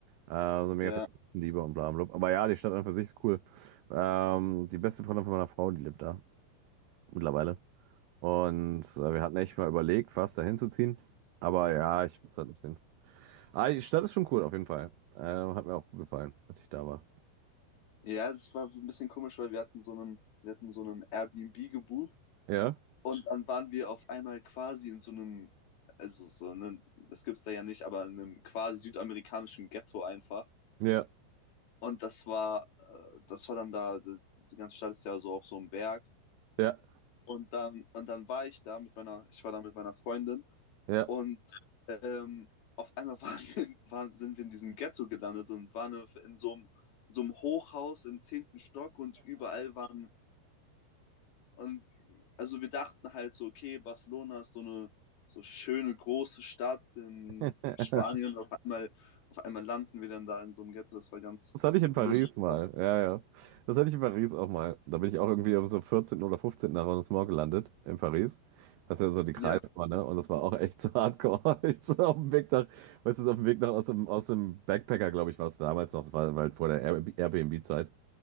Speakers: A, on the right (about 85°); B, on the left (about 55°).
A: Äh, so mega
B: ja,
A: viel Liebe und bla bla. bla. Aber ja, die Stadt an für sich ist cool. Ähm, die beste Freundin von meiner Frau, die lebt da mittlerweile. Und äh, wir hatten echt mal überlegt, fast dahin zu ziehen. Aber ja, ich find's halt ein bisschen. Ah, die Stadt ist schon cool, auf jeden Fall. Ähm, hat mir auch gut gefallen, als ich da war.
B: ja, es war so ein bisschen komisch, weil wir hatten so einen, wir hatten so einen Airbnb gebucht.
A: Ja,
B: Und dann waren wir auf einmal quasi in so einem, also so einem, das gibt's da ja nicht, aber in einem quasi südamerikanischen Ghetto einfach.
A: ja.
B: Und das war, äh, das war dann da, die ganze Stadt ist ja so auf so einem Berg.
A: Ja,
B: Und dann, und dann war ich da mit meiner, ich war da mit meiner Freundin
A: ja.
B: und ähm, auf einmal <laughs> waren wir, waren, sind wir in diesem Ghetto gelandet und waren in so einem, in so einem Hochhaus im zehnten Stock und überall waren Und also wir dachten halt so, okay, Barcelona ist so eine so schöne große Stadt in
A: <laughs>
B: Spanien. Auf einmal, auf einmal landen wir dann da in so einem Ghetto. Das war ganz
A: Das hatte ich in
B: lustig.
A: Paris mal.
B: Aber-
A: Ja, ja. Das hatte ich in Paris auch mal. Da bin ich auch irgendwie um so 14. oder 15. Arrondissement gelandet in Paris. Das ist ja so die Kreise
B: Ja,
A: war, ne? Und das war auch echt so hardcore. <laughs> Ich so auf dem Weg nach, weißt du, so auf dem Weg nach aus dem, aus dem Backpacker, glaube ich, war es damals noch. Das war halt vor der Air- Airbnb-Zeit.